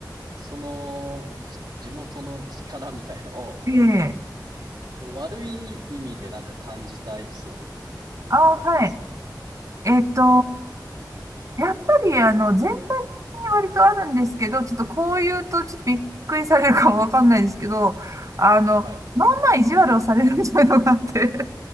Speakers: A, on the right; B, on the right.
A: その、じ地元の力みたいのを、
B: い。ええ。
A: で、悪い意味でなんか感じたエピソードってありますか
B: あ、はい。えっと、やっぱり、あの、全体的に割とあるんですけど、ちょっとこう言うと、ちょっとびっくりされるかもわかんないですけど、あの、
A: はい。
B: まあまあ意地悪をされるみたいなのがあって、